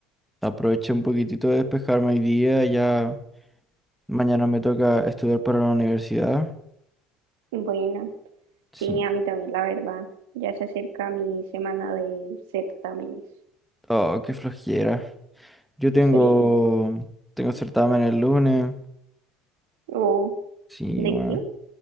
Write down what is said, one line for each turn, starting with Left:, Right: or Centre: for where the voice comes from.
Centre: aproveché un poquitito de despejarme hoy día. Ya mañana me toca estudiar para la universidad.
Right: Bueno,
Centre: Sí.
Right: sí, a mí también, la verdad. Ya se acerca mi semana de certámenes.
Centre: Oh, qué flojera. Yo tengo,
Right: Sí,
Centre: tengo certamen el lunes.
Right: o
Centre: Sí,
Right: ¿de
Centre: bueno.
Right: qué?